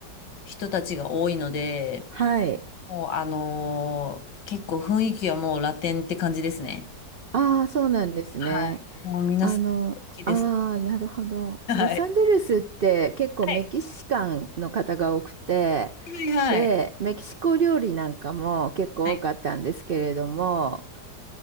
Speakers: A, on the left; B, on the right.
A: 人たちが多いので、
B: はい。
A: もうあのー結構雰囲気はもうラテンって感じですね。
B: ああ、そうなんですね。
A: はい。もう皆さん、
B: あの、
A: 好きです。
B: ああ、なるほど。
A: <laughs> はい。
B: ロサンゼルスって結構メキシカンの方が多くて、
A: はい。はいはい。
B: で、メキシコ料理なんかも結構多かったんですけれども、
A: はい